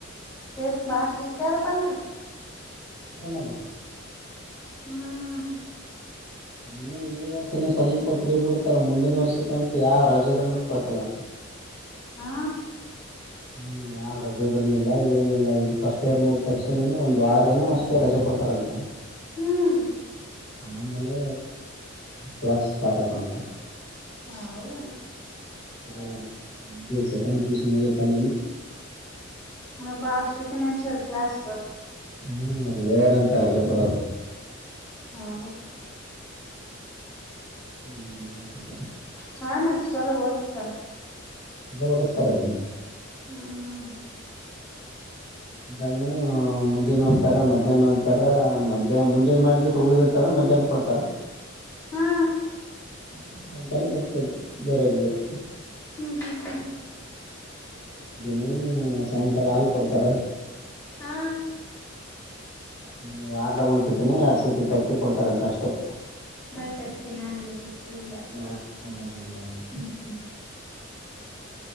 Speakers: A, on the left; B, on the left.
A: ಬ ಬಾಳ್ ಸಿಕ್ಕ ಬಾಂದ್ರ
B: ಮಾಡದು
A: ಹ್ಮ್
B: ಇನ್ನು ಈ ವರ್ಷನ ಸ್ವಲ್ಪ ಫ್ರೀ ಬಿಡ್ತಾರ ಮುಂದಿನ ವರ್ಷಕ್ಕಂತ ಯಾವ್ ರಜದ್ರನ ಕಳ್ಸಲಂತ ಹ
A: ಹಾ
B: ಹ್ಮ್ ನಾವ್ ರಜೆ ಇದ್ರನ ಇಲ್ಲ ಏನಿಲ್ಲ ಈಗ ಫಸ್ಟ್ ಇಯರ್ ಮೂದ ತರ್ಸಣನು ಒಂದ ವಾರಏನನು ಅಷ್ಟೇ ರಜೆ ಕೊಡ್ತಾರಂತೆ
A: ಹ್ಮ್
B: ಆಮೇಲೆ ಕ್ಲಾಸ್ ಸ್ಟಾರ್ಟ್ ಆತವಂತ
A: ಹೌದ
B: ಓ ಸೆಕ ಪಗತಾನ
A: ಹ ಪಾಸ್ನನು ಚಿರ್ಕ್ಲಾಸ್ಪ
B: ಹ್ಮ್ ರೇರ್ಂತ ರಜೆ ಕೂಡದು
A: ಹೌ
B: ಮುಂದಿನ ವರ್ಷಕ್ಕೆ
A: ಹಾ ಮತ್ತ ಚಲೋ ಓದತಾರ
B: ನ ಓದಸ್ತಾರಲ್ಲ
A: ಹ್ಮ್
B: ನಾ ಮುಂಜಾನ ಒಂತರ ಮಧ್ಯಾಹ್ನ ಒಂತರ ಮಧ್ಯಾಹ್ ಮುಂಜಾನನ್ ಮಾಡಿದ್ ಸು ಉಳ್ದ ಇಂದ್ರ ಮಧ್ಯಾಹ್ನ ಕೊಡ್ತಾರ
A: ಹಾ
B: ಮತ್ತ ಸಾಯಂಕಾಲ ಮತ್ತೆ ಬೇರೆಡಿಗೆರು
A: ಹ್ಮ್ ಹ್ಮ್ ಹ್ಮ್
B: ನ ನು ಸಾಯಂಕಾಲ ಹಾಲ್ ಕೊಡ್ತಾರ
A: ಹಾ
B: ಒ ವಾರದ ಒಂದ್ ಸತಿನ ಎರಡ್ ಸತಿ ತತ್ತಿ ಕೊಡ್ತಾರಂತ ಅಷ್ಟೇ
A: ಬರ್ತತಿ ನಾನು ಇಲ್ಲ ಇದೆಿಲ್ಲ
B: ಅಲ್ಲಲ್ಲ ಅಲ್ಲ ಬೆಲ್ಲ ಅಲ್ಲಿ
A: ಹ್ಮ್ ಹ್ಮ್